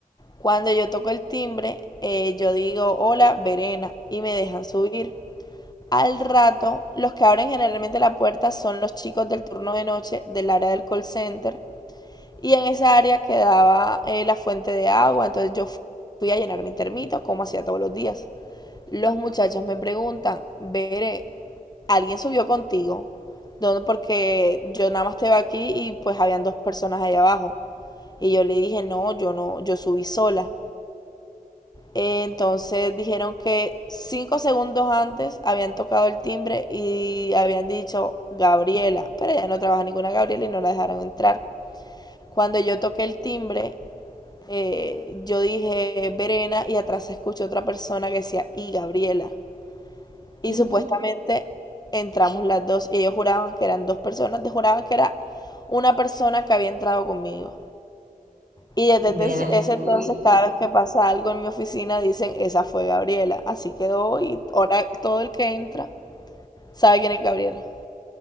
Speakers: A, on the left; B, on the right.
A: Cuando yo toco el timbre, eh, yo digo hola, Verena, y me dejan subir. Al rato, los que abren generalmente la puerta son los chicos del turno de noche del área del call center. Y en esa área quedaba eh, la fuente de agua, entonces yo fui a llenar mi termito como hacía todos los días. Los muchachos me preguntan, Veré, ¿alguien subió contigo? ¿Dónde? Porque yo nada más estaba aquí y pues habían dos personas ahí abajo. Y yo le dije, no, yo no, yo subí sola. Eh, Entonces dijeron que cinco segundos antes habían tocado el timbre y habían dicho Gabriela, pero ella no trabaja ninguna Gabriela y no la dejaron entrar. Cuando yo toqué el timbre, eh, yo dije Verena y atrás se escuchó otra persona que decía y Gabriela. Y
B: ujú.
A: supuestamente entramos las dos y ellos juraban que eran dos personas, juraban que era una persona que había entrado conmigo. Y
B: Ven,
A: desde ese
B: a-
A: ese entonces,
B: uy,
A: cada vez que pasa algo en mi oficina, dicen, esa fue Gabriela. Así quedó y ahora todo el que entra sabe quién es Gabriela.